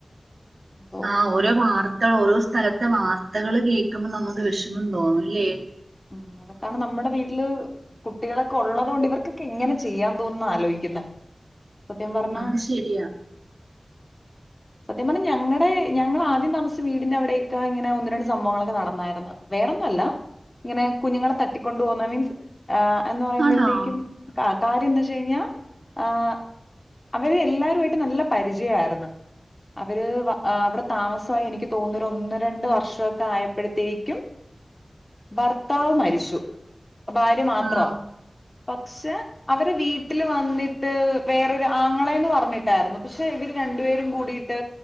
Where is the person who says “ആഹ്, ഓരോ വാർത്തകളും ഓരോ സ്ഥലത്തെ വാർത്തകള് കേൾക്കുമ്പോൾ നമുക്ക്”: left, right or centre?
Right